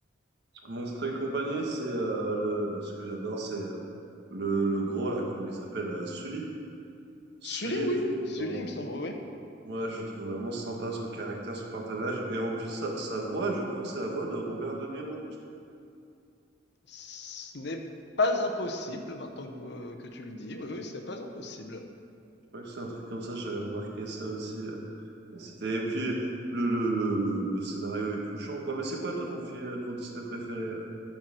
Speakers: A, on the right; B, on the left.
A: Monstre et compagnie, c'est euh, le... ce que j'adore, c'est euh, le, le gros là, comment il s'appelle, là, Sully. Sully,
B: Sully, oui,
A: je le
B: oui. Sully,
A: trouve vraiment
B: il me semble, oui.
A: Ouais, je le trouve vraiment sympa son caractère, son partage. Et en plus, sa, sa voix, je crois que c'est la voix de Robert De Niro, justement.
B: Ce n'est pas impossible, maintenant que, vous- que tu le dis. Oui, oui, ce n'est pas impossible.
A: Je crois que c'est un truc comme ça, j'avais remarqué ça aussi. euh. Et c'était, et puis, le, le, le, le, le scénario est touchant, quoi. Mais c'est quoi, toi, ton, film, ton Disney préféré? euh